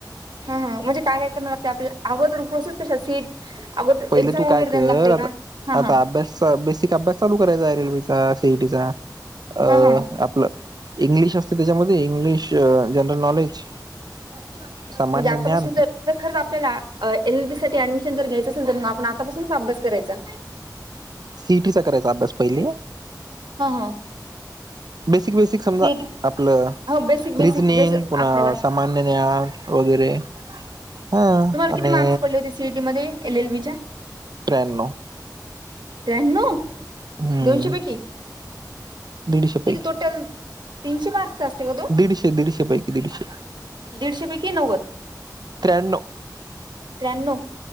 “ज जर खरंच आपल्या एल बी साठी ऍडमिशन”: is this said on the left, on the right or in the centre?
Right